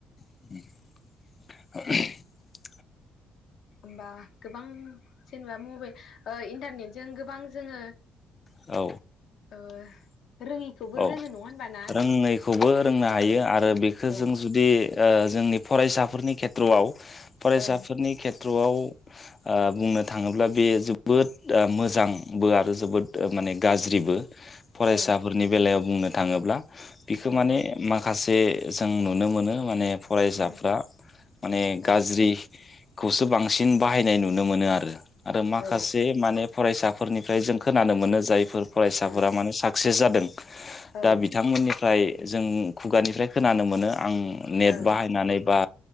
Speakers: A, on the left; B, on the left.
A: <inaudible> <inaudible>
B: होमबा गोबां जेनेबा मबाइ ओ इन्टारनेटजों गोबां जोङो।
A: आरो औ
B: ओ रोङिखौबो
A: औ
B: रोङो नङा होनबा ना?
A: रोंङैखौबो रोंनो हायो
B: ओं
A: आरो बेखौ
B: औ
A: जों जुदि ओ जोंनि फरायसाफोरनि खेथ्र'आव फरायसाफोरनि
B: ओं
A: खेथ थ्रआव ओ बुंनो थाङोब्ला बेयो जोबोद मोजांबो आरो जोबोद माने गाज्रिबो। फरायसाफोरनि
B: ओं
A: बेलायाव बुंनो थाङोब्ला। बेखौ
B: ओं
A: माने
B: ओं
A: माखास जे जों नुनो मोनो माने फरायसाफ्रा
B: ओं
A: माने
B: ओं
A: गाज्रि खौसो बांसिन बाहायनाय नुनो मोनो आरो आरो माखासे
B: औ
A: माने फरायसाफोरनिफ्राय जों खोनानो मोनो जायफोर रायसाफोरा
B: ओं
A: माने साक्से जादो दा
B: ओं
A: बिथांमोननिफ्राय जों खुगानिफ्राय खोनानो मोनो आं नेट
B: ओं
A: बाहायनानै बा